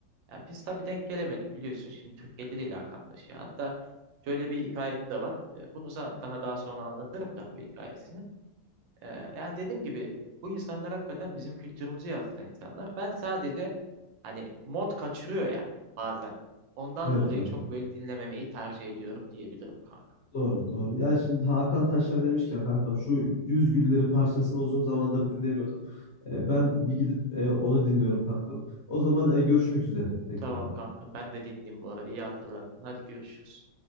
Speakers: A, on the right; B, on the left.
A: Yani biz tabii denk gelemedik biliyorsun. Şimdi Türkiye'de değil Hakan Taşıyan. Hatta şöyle bir hikayesi de var. E, Bunu sa- sana daha sonra anlatırım da bu hikayesini. Ee, yani dediğim gibi bu insanlar hakikaten bizim kültürümüzü yansıtan insanlar. Ben sadece hani mod kaçırıyor ya bazen. Ondan
B: Evet
A: dolayı
B: kankam.
A: çok böyle dinlememeyi tercih ediyorum diyebilirim kanka.
B: Doğru doğru. Ya şimdi Hakan Taşyan demişken kankam şu Güz Gülleri parçasını uzun zamandır dinlemiyordum. E, ben bir gidip e, onu dinliyorum kankam. O zaman e, görüşmek üzere tekrardan.
A: Tamam kankam ben de dinleyeyim bu arada iyi hatırlattın. Hadi görüşürüz.